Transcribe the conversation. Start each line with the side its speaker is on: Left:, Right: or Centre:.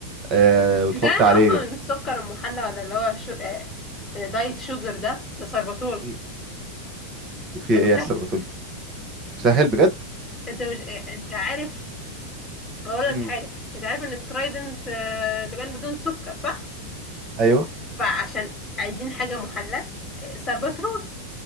Right: آه وتحط
Left: انت عارف
Right: عليه
Left: اصلا ان السكر المحلى ولا اللي هو شو... آه، آه، دايت شوجر ده ده سربتول
Right: مم. وفي
Left: ده
Right: ايه
Left: مسهل
Right: يا استاذ بتقول سهل بجد
Left: انت مش آه، انت عارف اقول لك
Right: مم.
Left: حاجه انت عارف ان الترايدنت آه، لبان بدون سكر صح
Right: ايوه
Left: فعشان عايزين حاجه محلى آه، سربترول